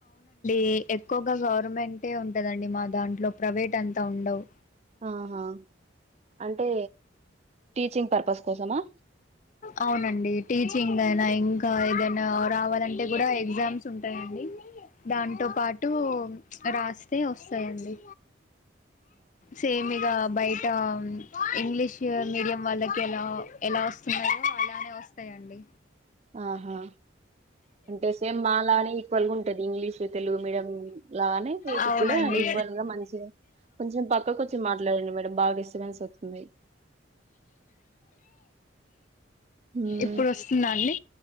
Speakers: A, on the left (about 40°); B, on the right (about 35°).
A: ఇ ఎక్కువగా గవర్నమెంటే ఉంటదండి మా దాంట్లో ప్రైవేట్ అంతా ఉండవు
B: ఆహా అంటే టీచింగ్ పర్పస్ కోసమా
A: అవునండి కింగ్ అయినా ఇంకా ఏదైనా రావాలంటే కూడా ఎగ్జామ్స్ ఉంటాయండి దాంతో పాటు రాస్తే వస్తాయండి సేమ్ ఇగ బయట ఇంగ్లీష్ మీడియం వాళ్ళకి ఎలా ఎలా వస్తున్నాయో అలానే వస్తాయండి.
B: ఆహా అంటే సేమ్ మా లానే ఈక్వల్గా ఉంటది ఇంగ్లీష్ తెలుగు మీడియం లాగానే, వీటికి
A: అవునండి
B: కూడా ఈక్వల్ గా మంచిగా కొంచెం పక్కకు వచ్చి మాట్లాడండి మేడం బాగా డిస్టర్బెన్స్ వస్తుంది. మ్మ్.
A: ఇప్పుడు వస్తుందండి